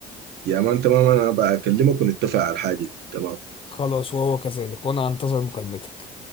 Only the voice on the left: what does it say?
خلاص وهو كذلك وانا انتظر مكالمتك